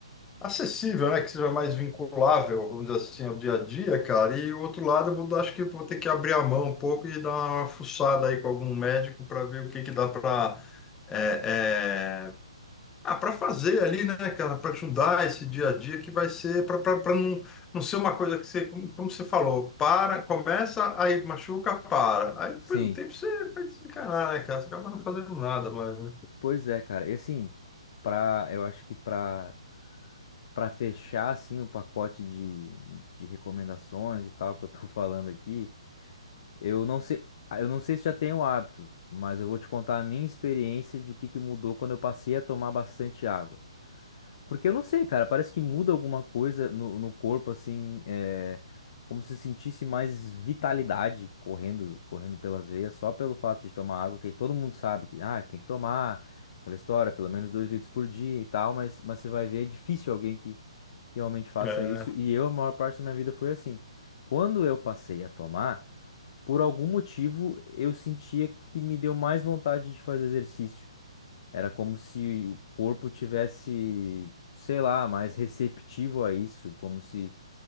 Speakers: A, on the left; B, on the left.
A: acessível, né? Que seja mais vinculável, vamos dizer assim, ao dia a dia, cara. E o outro lado, eu vou, dar- acho que eu vou ter que abrir a mão um pouco e dar uma fuçada aí com algum médico para ver o que que dá para é, é, ah, para fazer ali, né, cara? Para ajudar esse dia a dia que vai ser para não, não ser uma coisa que você, como como você falou, para, começa, aí machuca, para. Aí depois
B: Sim,
A: no tempo você vai desencanar, né, cara? Você acaba não fazendo nada mais, né?
B: pois é, cara. E assim, pra, eu acho que pra, pra fechar assim o pacote de, de recomendações e tal que eu tô <laughs> falando aqui, eu não sei, eu não sei se já tenho hábito, mas eu vou te contar a minha experiência de o que que mudou quando eu passei a tomar bastante água. Porque eu não sei, cara, parece que muda alguma coisa no, no corpo, assim, é, como se sentisse mais vitalidade correndo, correndo pelas veias, só pelo fato de tomar água, que todo mundo sabe que, ah, tem que tomar aquela história, pelo menos dois litros por dia e tal, mas, mas você vai ver, é difícil alguém que, que realmente faça
A: É,
B: isso, e eu, a maior parte da minha vida foi assim. Quando eu passei a tomar, por algum motivo, eu sentia que me deu mais vontade de fazer exercício. Era como se o corpo tivesse, sei lá, mais receptivo a isso, como se